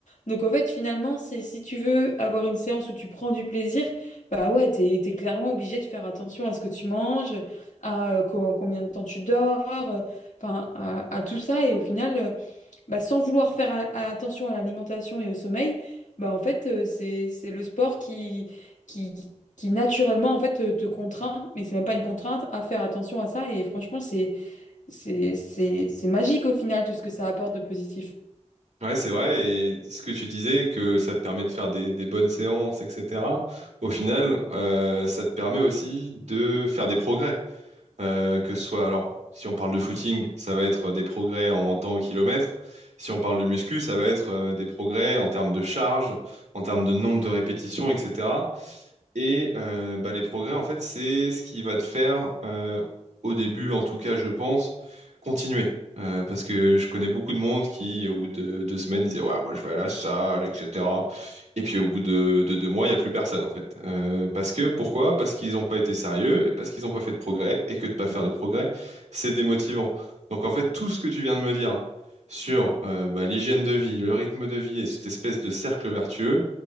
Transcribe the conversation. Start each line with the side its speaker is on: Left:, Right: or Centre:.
Left: Donc, en fait, finalement, c'est si tu veux avoir une séance où tu prends du plaisir, bah ouais, t'es, t'es clairement obligé de faire attention à ce que tu manges à euh, co- combien de temps tu dors, euh, enfin à, à tout ça. Et au final, euh, bah, sans vouloir faire a- attention à l'alimentation et au sommeil, bah en fait euh, c'est c'est le sport qui qui qui naturellement en fait te, te contraint, mais c'est même pas une contrainte à faire attention à ça. Et franchement, c'est c'est c'est c'est magique au final tout ce que ça apporte de positif.
Right: Ouais, c'est vrai. Et ce que tu disais, que ça te permet de faire des, des bonnes séances, etc. Au final, euh, ça te permet aussi de faire des progrès. Euh, que ce soit, alors, si on parle de footing, ça va être des progrès en temps au kilomètre. Si on parle de muscu, ça va être euh, des progrès en termes de charge, en termes de nombre de répétitions, etc. Et euh, bah, les progrès, en fait, c'est ce qui va te faire, euh, au début, en tout cas, je pense, continuer. Euh, parce que je connais beaucoup de monde qui, au bout de deux semaines, disait, ouais, moi, je vais à la salle, etc. Et puis, au bout de, de deux mois, il n'y a plus personne, en fait. Euh, parce que, pourquoi? Parce qu'ils n'ont pas été sérieux et parce qu'ils n'ont pas fait de progrès et que de ne pas faire de progrès, c'est démotivant. Donc, en fait, tout ce que tu viens de me dire sur euh, bah, l'hygiène de vie, le rythme de vie et cette espèce de cercle vertueux,